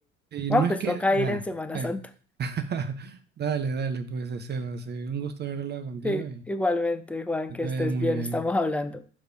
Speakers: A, on the right; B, in the centre.
A: eh,
B: Bueno,
A: no es
B: pues
A: que...
B: toca ir
A: ah,
B: en Semana
A: eh.
B: Santa.
A: <laughs> Dale, dale, pues, eh, Sebas. sí, Un gusto haber hablado contigo
B: Sí,
A: y
B: igualmente, Juan,
A: que
B: que
A: te
B: estés
A: vaya muy
B: bien,
A: bien.
B: estamos hablando.